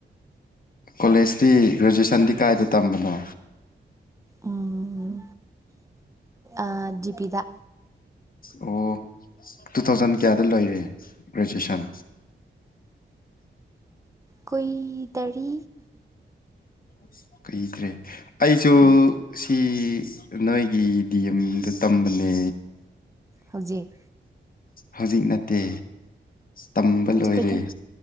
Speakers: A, on the left; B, on the right.
A: ꯀꯣꯂꯦꯖꯇꯤ ꯒ꯭ꯔꯦꯖꯨꯑꯦꯁꯟꯗꯤ ꯀꯥꯏꯗ ꯇꯝꯕꯅꯣ
B: ꯎꯝ ꯑꯥ ꯖꯤ ꯄꯤꯗ
A: ꯑꯣ ꯇꯨ ꯊꯥꯎꯖꯟ ꯀꯌꯥꯗ ꯂꯣꯏꯔꯦ ꯒ꯭ꯔꯦꯖꯨꯑꯦꯁꯟ
B: ꯀꯨꯏꯗꯔꯤ
A: <inaudible> ꯀꯨꯏꯗ꯭ꯔꯦ ꯑꯩꯁꯨ
B: ꯎꯝ
A: ꯁꯤ ꯅꯣꯏꯒꯤ ꯗꯤ ꯑꯦꯝꯌꯨꯗ ꯇꯝꯕꯅꯦ
B: ꯍꯧꯖꯤꯛ
A: ꯍꯧꯖꯤꯛ ꯅꯠꯇꯦ ꯇꯝꯕ
B: ꯍꯧꯖꯤꯛ
A: ꯂꯣꯏꯔꯦ
B: ꯀꯩꯗꯧ